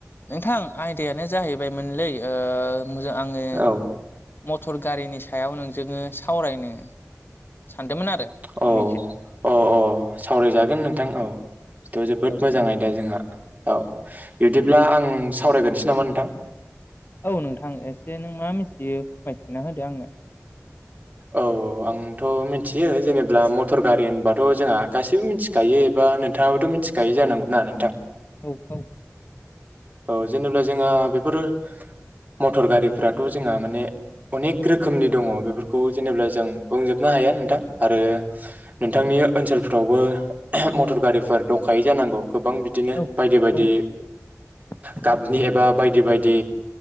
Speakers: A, on the left; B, on the right.
A: नोंथां आयदायानो जाहैबाय मोनलै । अ मोजां आङो
B: औ
A: मटर गारिनि सायाव नों- जोंनो सावरायनो सानदोंमोन। आरो फंनैसो
B: औ अ औ सावरायजागोन नोंथां औ। थ' जोबोद
A: औ
B: मोजां आयदा जोंहा औ बिदिब्ला आं। सावरायगोनसै नामा नोंथां?
A: औ नोंथां एसे नों मा मिथियो फोरमायथिना होदो आंनो।
B: औ औ आंथ' मिथियो जेनेब्ला मटर गारि होनबाथ' जोंहा गासैबो मिथिखायो नोंथाङाबोथ' मिथिखायो जानांगौ ना नोंथां।
A: औ औ
B: औ जेनेबा जोंहा बेफोर मटर गारिफ्राथ' जोंहा माने। अनेक रोखोमनि दङ बेफोरखौ जेनेबा जों बुंजोबनो हाया नोंथां, आरो नोंथांनि बे ओनसोलफ्रावबो मटर गारिफोरा दंखायै जानांगौ। गोबां बिदिनो
A: औ
B: बायदि बायदि
A: दङ <inaudible>
B: गाबनि एबा बायदि बायदि